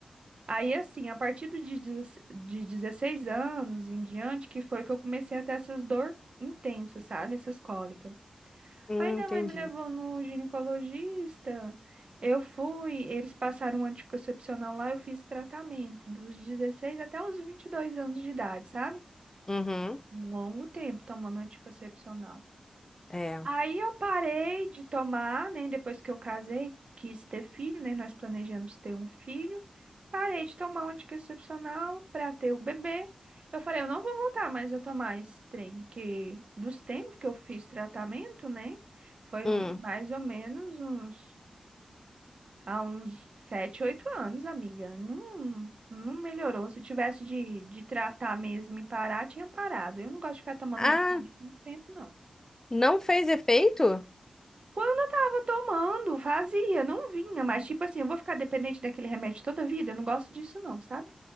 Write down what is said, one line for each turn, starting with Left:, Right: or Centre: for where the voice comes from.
Right: Aí, assim, a partir do de, deze- de 16 anos em diante, que foi que eu comecei a ter essas dor intensas, sabe? Essas cólicas.
Left: Hum,
Right: Aí minha
Left: entendi.
Right: mãe me levou no ginecologista, eu fui, eles passaram um anticoncepcional lá, eu fiz tratamento dos 16 até os 22 anos de idade, sabe?
Left: Uhum.
Right: Um longo tempo tomando anticoncepcional.
Left: É.
Right: Aí eu parei de tomar, né? Depois que eu casei, quis ter filho, né? Nós planejamos ter um filho. Parei de tomar o anticoncepcional para ter o bebê. Eu falei, eu não vou voltar mais a tomar esse trem, que dos tempos que eu fiz tratamento, né? Foi
Left: Hum.
Right: um- mais ou menos uns há uns sete, oito anos, amiga. Não, não melhorou. Se tivesse de, de tratar mesmo e parar, tinha parado. Eu não gosto de ficar tomando
Left: Ah,
Right: medicamento muito tempo, não.
Left: não fez efeito?
Right: Quando eu tava tomando, fazia, não vinha, mas tipo assim, eu vou ficar dependente daquele remédio toda a vida, eu não gosto disso não, sabe?